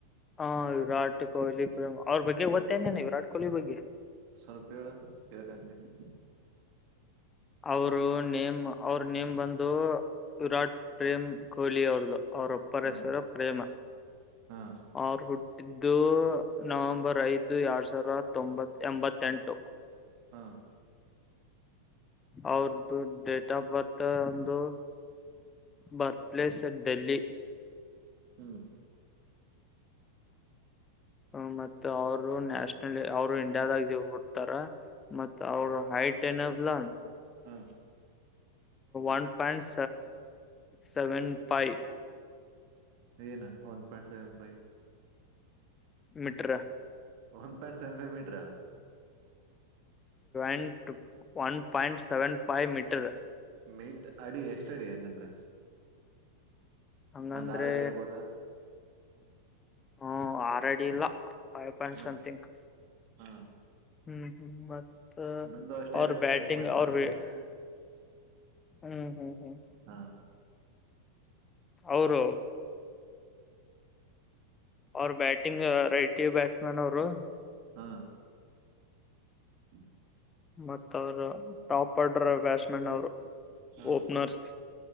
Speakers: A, on the left; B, on the right.
A: ಹ ವಿರಾಟ್ ಕೊಹ್ಲಿ ಪ್ರೇಮ ಅವ್ರ ಬಗ್ಗೆ ಓತ್ತೇನೇನೆ ವಿರಾಟ್ ಕೊಹ್ಲಿ ಬಗ್ಗೆ
B: ಸ್ವಲ್ಪೇೇಳ ಕೇಳಕಂತೀನಿ
A: ಅವರು ನೇಮ್ ಅವ್ರ ನೇಮ್ ಬಂದು ವಿರಾಟ್ ಪ್ರೇಮ್ ಕೊಹ್ಲಿ ಅವರು ಅವ್ರೊಪ್ಪರ
B: ಹ
A: ಹೆಸರ ಪ್ರೇಮ
B: ಹಾ
A: ಅವರು ಹುಟ್ಟಿದ್ದು ನವೆಂಬರ್ ಐದು ಎಡ್ ಸಾವರ ತೊಂಬತ್ ಎಂಬತ್ತೆಂಟು
B: ಹಾ
A: ಅವ್ರ ಡೇಟ್ ಆಫ್ ಬರ್ತ್ ಒಂದು ಬರ್ತ್ ಪ್ಲೇಸ್ ಡೆಲ್ಲಿ
B: ಹ್ಮ್
A: ಹ ಮತ್ತ ಅವರು ನ್ಯಾಷನಲ್ ಅವರು ಇಂಡಿಯಾದಾಗ ಹಡ್ತಾರ ಮತ್ ಅವ್ರ ಹೈಟ್ ಏನದ್ಲಾ
B: ಹ್ಮ
A: ಒನ್ ಪಾಯಿಂಟ್ ಸೆವೆನ್ ಫೈ
B: ಏನಾ one point seven five
A: metre
B: one point seven ಮೀಟರಾ
A: ಇಟ್ one point seven five metre
B: ಮೀಟ್ ಅಡಿ ಎಷ್ಟ ಅಡಿ ಹಂಗಂದ್ರ
A: ಹಂಗಂದ್ರೆ
B: ಒಂದ್ ಆರ್ ಅಡಿ ಇರ್ಬೋದಾ
A: ಹ ಆರ್ಡಿ ಇಲ್ಲ ಫೈ ಪಾಯಿಂಟ್
B: ಮತ್ತೆ
A: ಸಮಥಂಗ್
B: ಹಾ
A: ಹ್ಮ್ ಹ್ಮ ಮತ್ತ
B: ನಂದು ಅಷ್ಟೇ ಇರಕು
A: ಬ್ಯಾಟಿಂಗ್
B: ಫೈವ್ ಪಾಯಿಂಟ್
A: ಅವ
B: ಸೆವೆನ್ ಏನ
A: ಹ್ಮ್ ಹ್ಮ್ ಹ್ಮ್
B: ಹಾ
A: ಅವರು ಅವರ ಬ್ಯಾಟಿಂಗ್ ರೈಟ ಬ್ಯಾಟ್ಸ್ಮ್ಯನ್ ಅವರು
B: ಹಾ್ ಹ್ಮ
A: ಮತ್ತ ಅವ್ರ ಟಾಪ್ ಆರ್ಡರ್ ಬ್ಯಾಟ್ಸ್ ಮನ್ ಅವರು
B: ಹಾ
A: ಓಪನರ್ಸ್